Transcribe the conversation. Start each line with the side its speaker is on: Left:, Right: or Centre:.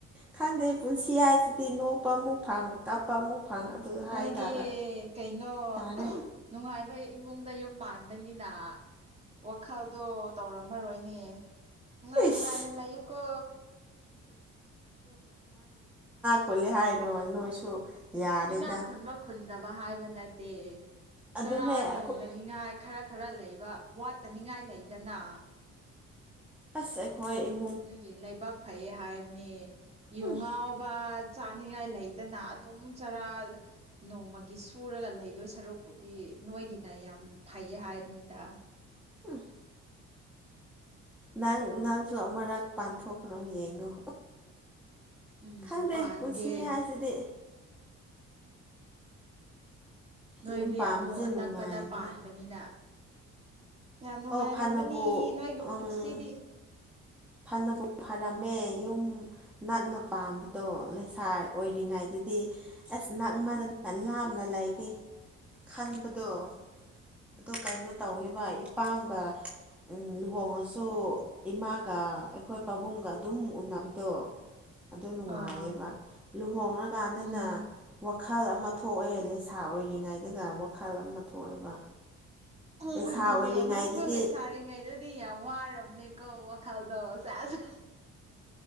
Centre: ꯈꯪꯗꯦ ꯄꯨꯟꯁꯤ ꯍꯥꯏꯁꯤꯗꯤ ꯅꯣꯛꯄ ꯑꯃꯨꯛ ꯐꯪ ꯀꯞꯄ ꯑꯃꯨꯛ ꯐꯪ ꯍꯥꯏꯇꯥꯔꯦ
Right: ꯅꯣꯏꯗꯤ ꯀꯩꯅꯣ__
Centre: ꯇꯥꯔꯦ
Right: ꯅꯨꯡꯉꯥꯏꯕ ꯏꯃꯨꯡꯗ ꯌꯨꯝ ꯄꯥꯟꯕꯅꯤꯅ__ ꯋꯥꯈꯜꯗꯣ ꯇꯧꯔꯝꯃꯔꯣꯏꯅꯦ ꯅꯨꯡꯉꯥꯏ
Centre: ꯏꯁ
Right: ꯅꯨꯡꯉꯥꯏꯅ ꯂꯩꯌꯨꯀꯣ
Centre: ꯈꯨꯜꯂꯦ ꯍꯥꯏꯔꯣ ꯅꯣꯏꯁꯨ ꯌꯥꯔꯦꯗ
Right: ꯏꯅꯥꯛ ꯈꯨꯟꯕ ꯈꯨꯟꯗꯕ ꯍꯥꯏꯕ ꯅꯠꯇꯦ
Centre: ꯑꯗꯨꯅꯦ
Right: ꯆꯔꯥ
Centre: ꯑꯩꯈꯣꯏ
Right: ꯍꯦꯟꯗꯅꯤꯉꯥꯏ__ ꯈꯔ ꯈꯔ ꯂꯩꯕ ꯋꯥꯠꯇꯅꯤꯉꯥꯏ ꯂꯩꯗꯅ
Centre: ꯑꯁ ꯑꯩꯈꯣꯏ ꯏꯃꯨꯡ
Right: ꯑꯗꯨꯒꯤ ꯂꯩꯕꯥꯛ ꯐꯩꯌꯦ ꯍꯥꯏꯕꯅꯤ ꯌꯨ
Centre: ꯎꯝ
Right: ꯉꯥꯎꯕ ꯆꯥꯅꯤꯡꯉꯥꯏ ꯂꯩꯇꯅ ꯑꯗꯨꯝ ꯆꯔꯥ__ ꯅꯣꯡꯃꯒꯤ ꯁꯨꯔꯒ ꯂꯩꯗꯣꯏ ꯁꯔꯨꯛꯄꯨꯗꯤ ꯅꯣꯏꯒꯤꯅ ꯌꯥꯝ ꯐꯩꯌꯦ ꯍꯥꯏꯕꯅꯤꯗ
Centre: ꯎꯝ ꯅꯪ ꯅꯪꯁꯨ ꯑꯃꯨꯔꯛ ꯄꯥꯟꯊꯣꯛꯈ꯭ꯔꯣ ꯌꯦꯡꯉꯣ
Right: ꯎꯝ
Centre: ꯈꯪꯗꯦ
Right: ꯄꯥꯟꯒꯦ
Centre: ꯄꯨꯟꯁꯤ ꯍꯥꯏꯁꯤꯗꯤ
Right: ꯅꯣꯏꯗꯤ
Centre: ꯌꯨꯝ ꯄꯥꯟꯕꯁꯦ
Right: ꯑꯃꯨꯛ ꯑꯅꯛꯄꯗ
Centre: ꯅꯨꯡꯉꯥꯏꯕ꯭ꯔꯥ
Right: ꯄꯥꯟꯕꯅꯤꯅ ꯌꯥꯝ ꯅꯨꯡꯉꯥꯏꯔꯝꯒꯅꯤ
Centre: ꯑꯣ ꯐꯅꯕꯨ
Right: ꯅꯣꯏꯒꯤ
Centre: ꯎꯝ
Right: ꯄꯨꯟꯁꯤꯗꯤ
Centre: ꯐꯅꯕꯨ ꯐꯔꯝꯃꯦ ꯌꯨꯝ ꯅꯥꯛꯅ ꯄꯥꯟꯕꯥꯗꯣ ꯂꯩꯁꯥ ꯑꯣꯏꯔꯤꯉꯩꯗꯗꯤ__ ꯑꯁ ꯅꯛꯃꯗ ꯂꯥꯞꯅ ꯂꯩꯒꯦ ꯈꯟꯕꯗꯣ
Right: ꯎꯝ
Centre: ꯑꯗꯣ ꯀꯩꯅꯣ ꯇꯧꯋꯦꯕ ꯏꯄꯥꯝꯒ ꯂꯨꯍꯣꯡꯉꯁꯨ ꯏꯃꯥ ꯀ ꯑꯩꯈꯣꯏ ꯄꯥꯕꯨꯡꯒ ꯑꯗꯨꯝ ꯎꯅꯕꯗꯣ__ ꯑꯗꯨ ꯅꯨꯡꯉꯥꯏꯌꯦꯕ
Right: ꯑꯥ
Centre: ꯂꯨꯍꯣꯡꯉꯀꯥꯟꯗꯅ
Right: ꯎꯝ
Centre: ꯋꯥꯈꯜ ꯑꯃ ꯊꯣꯛꯑꯦ ꯂꯩꯁꯥ ꯑꯣꯏꯔꯤꯉꯩꯗꯒ ꯋꯥꯈꯜ ꯑꯃ ꯊꯣꯛꯑꯦꯕ
Right: ꯎꯝ
Centre: ꯂꯩꯁꯥ
Right: ꯑꯗꯨꯅꯦ
Centre: ꯑꯣꯏꯔꯤꯉꯩꯗꯗꯤ
Right: ꯅꯪꯁꯨ ꯂꯩꯁꯥꯔꯤꯉꯩꯗꯗꯤ ꯌꯥꯝ ꯋꯥꯔꯕꯅꯦ ꯀꯣ ꯈꯜꯗꯣ ꯁꯦꯖ__